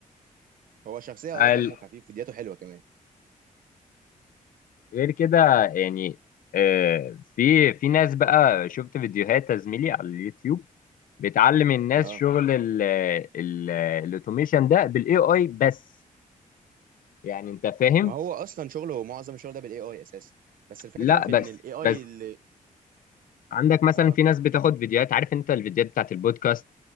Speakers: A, on the right; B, on the left.
A: هو شخصية
B: ال-
A: اه دمه خفيف فيديوهاته حلوة كمان
B: غير كده يعني آه، في في ناس بقى شفت فيديوهات يا زميلي على اليوتيوب بتعلم الناس
A: اه
B: شغل ال ال الاوتوميشن ده بالاي اي بس يعني انت فاهم
A: ما هو اصلا شغله معظم الشغل ده بالاي اي اساسا بس الفكرة
B: لا
A: في
B: بس
A: ان الاي اي
B: بس
A: اللي
B: عندك مثلا
A: اه
B: في ناس بتاخد فيديوهات عارف انت الفيديوهات بتاعت البودكاست